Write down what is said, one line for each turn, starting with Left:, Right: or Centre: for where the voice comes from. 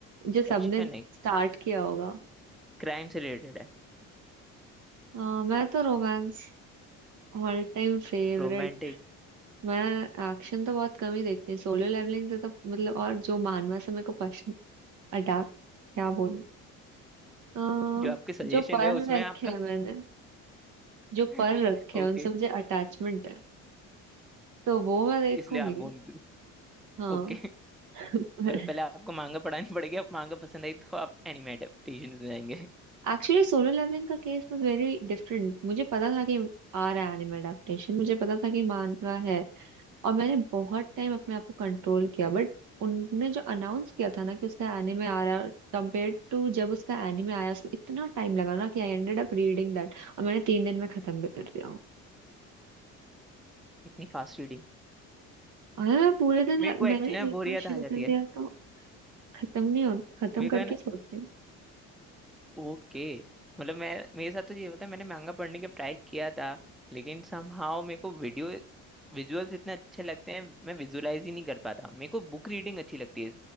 Right: जो सबने
Centre: एक्शन नहीं
Right: स्टार्ट किया होगा
Centre: क्राइम से रिलेटेड है
Right: आ, मैं तो रोमांस ऑल टाइम फेवरेट
Centre: रोमांटिक
Right: मैं एक्शन तो बहुत कम ही देखती हूँ सोलो लेवलिंग से तो मतलब और जो मानवा से मेरे को पसंद अटैक क्या बोलूं अ,
Centre: जो आपके सजेशन
Right: जो पर
Centre: है उसमें
Right: रखे
Centre: आपका
Right: हैं मैंने जो
Centre: <laughs>
Right: पर रखे
Centre: ओके
Right: हैं उनसे मुझे अटैचमेंट है तो वो मैं देखूंगी
Centre: इसलिए आप बोल
Right: हाँ
Centre: ओके
Right: <laughs>
Centre: मतलब पहले आपको मांगा पढ़ानी <laughs> पड़ेगी आप मांगा पसंद आई तो आप एनिमे एडेप्टेशन में जाएंगे <laughs>
Right: एक्चुअली सोलर लेवलिंग का केस वाज वेरी डिफरेंट मुझे पता था कि आ रहा है एनिमे अडेप्टेशन मुझे पता था कि मानवा है और मैंने बहुत टाइम अपने आप को कंट्रोल किया बट उनने जो अनाउंस किया था ना कि उसका एनिमे आ रहा है कंपेयर टू जब उसका एनिमे आया उसमें इतना टाइम लगा ना कि I ended up reading that और मैंने तीन दिन में खत्म भी कर दिया हूँ
Centre: इतनी फास्ट रीडिंग
Right: और मैं पूरे दिन लग-
Centre: मेरे को एक्चुअली
Right: मैंने एक
Centre: ना बोरियत
Right: बार शुरू
Centre: आ जाती
Right: कर
Centre: है
Right: दिया तो खत्म नहीं हो खत्म
Centre: मेरे
Right: करके
Centre: को है ना
Right: छोड़ती हूँ
Centre: ओके मतलब मैं मेरे साथ तो ये होता है मैंने मांगा पढ़ने का ट्राई किया था लेकिन समहाउ मेरे को वीडियो विजुअल्स इतने अच्छे लगते हैं मैं विजुअलाइज ही नहीं कर पाता मेरे को बुक रीडिंग अच्छी लगती है